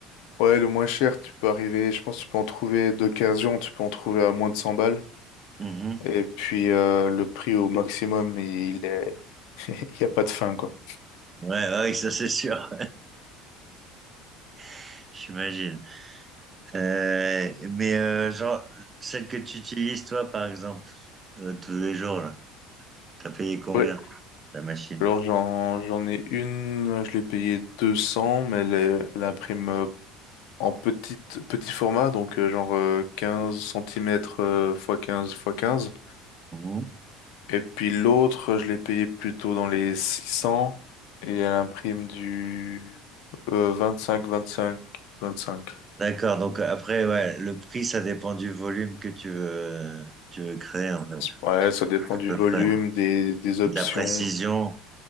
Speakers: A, on the left; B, on the right.
A: Ouais, le moins cher, tu peux arriver, je pense que tu peux en trouver d'occasion, tu peux en trouver à moins de 100 balles.
B: Mhm.
A: Et puis euh, le prix au maximum, il est Il n'y a pas de fin, quoi.
B: Ouais, ouais, ça c'est sûr, <laughs> j'imagine. Euh, mais euh, genre, celle que tu utilises toi, par exemple, euh, tous les jours, là, t'as payé combien?
A: Ouais.
B: La machine.
A: Alors j'en j'en ai une, je l'ai payée 200, mais elle, est- elle imprime euh, en petite, petit format, donc euh, genre euh, 15 cm fois 15 fois 15.
B: Mhm.
A: Et puis l'autre, euh, je l'ai payée plutôt dans les 600 et elle imprime du euh, 25, 25, 25.
B: D'accord, donc euh, après, ouais, le prix, ça dépend du volume que tu veux, tu veux créer, en fait,
A: Ouais, ça dépend
B: à
A: du
B: peu
A: volume,
B: près.
A: des, des options,
B: De la précision.